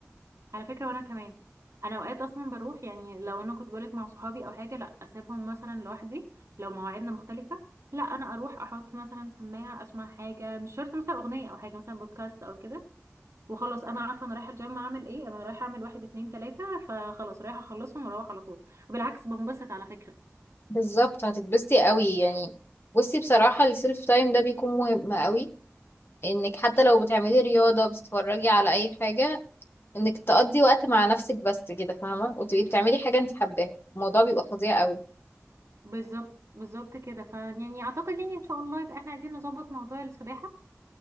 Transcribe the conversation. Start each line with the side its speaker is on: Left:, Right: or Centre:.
Right: على فكرة وانا كمان انا اوقات اصلا بروح يعني لو انا كنت بقولك مع صحابي او حاجة لا اسيبهم مثلا لوحدي لو مواعيدنا مختلفة لا انا اروح احط مثلا سماعة اسمع حاجة مش شرط مثلا اغنية او حاجة مثلا بودكاست او كده وخلاص انا عارفة انا رايحة الجيم اعمل ايه انا رايحة اعمل واحد اتنين تلاتة فخلاص رايحة اخلصهم واروح على طول وبالعكس بنبسط على فكرة
Left: بالظبط هتتبسطي قوي يعني بصي بصراحه السيلف تايم ده بيكون مهم قوي انك حتى لو بتعملي رياضه بتتفرجي على اي حاجه انك تقضي وقت مع نفسك بس كده فاهمه وتبقي بتعملي حاجه انت حباها الموضوع بيبقى فظيع قوي
Right: بالظبط بالظبط كده فيعني اعتقد يعني ان شاء الله يبقى احنا عايزين نظبط موضوع السباحة